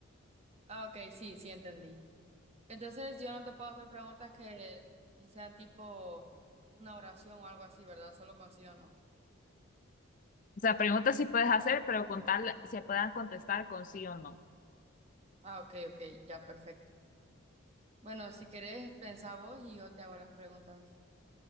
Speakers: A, on the right; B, on the left.
A: Ah, ok, sí, sí, entendí. Entonces, yo no te puedo hacer preguntas que sean tipo una oración o algo así, ¿verdad? Solo con sí o no.
B: O sea, preguntas sí puedes hacer, pero con tal se puedan contestar con sí o no.
A: Ah, ok, ok, ya, perfecto. Bueno, si querés, pensá vos y yo te hago las preguntas.